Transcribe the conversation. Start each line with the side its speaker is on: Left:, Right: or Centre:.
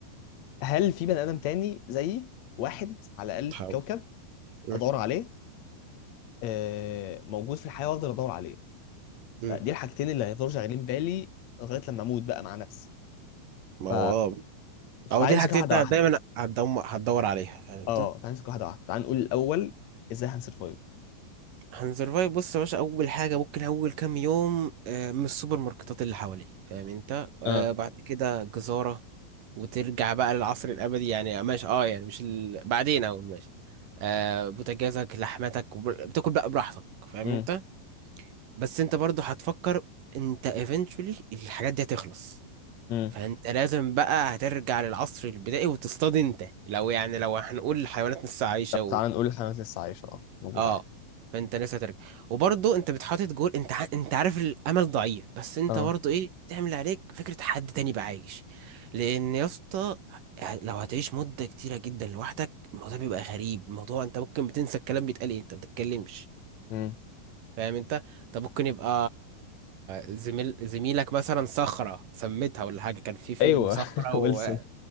Left: هل في بني ادم تاني زيي واحد على الاقل
Right: تحاول
Left: في الكوكب
Right: مم.
Left: ادور عليه آه موجود في الحياة وافضل ادور عليه
Right: مم.
Left: فدي الحاجتين اللي هيفضلوا شغالين بالي لغايه لما اموت بقى مع نفسي
Right: ما
Left: ف...
Right: هو اه
Left: فتعالى
Right: او دي الحاجتين
Left: نمسك واحده
Right: انت
Left: واحده
Right: دايما هتدور هتدور عليها فاهم انت
Left: اه تعالى نمسك واحده واحده تعالى نقول الاول ازاي هنسرفايف
Right: هنسرفايف بص يا باشا اول حاجه ممكن اول كام يوم آه، من السوبر ماركتات اللي حواليك فاهم انت آه
Left: اه
Right: بعد كده جزاره وترجع بقى للعصر الابدي يعني ماشي اه يعني مش ال... بعدين او ماشي آه بوتاجازك لحمتك وب- بتاكل بقى براحتك فاهم
Left: امم
Right: انت بس انت برضو هتفكر انت eventually الحاجات دي هتخلص
Left: امم
Right: فانت لازم بقى هترجع للعصر البدائي وتصطاد انت لو يعني لو هنقول الحيوانات لسه عايشه
Left: لا تعالى نقول الحيوانات لسه عايشه اه موجوده
Right: اه
Left: عادي
Right: فانت لسه هترجع وبرضه انت بتحاطط جول انت ع... انت عارف الامل ضعيف بس انت
Left: اه
Right: برضه ايه بتعمل اللي عليك فكره حد تاني بقى عايش لان يا اسطى لو هتعيش مده كتيره جدا لوحدك الموضوع بيبقى غريب الموضوع انت ممكن بتنسى الكلام بيتقال ايه انت ما بتتكلمش
Left: امم
Right: فاهم انت انت ممكن يبقى زميل زميلك مثلا صخره سميتها ولا حاجه كان في فيلم
Left: ايوه
Right: صخره
Left: <laughs> ويلسون
Right: و... <laughs>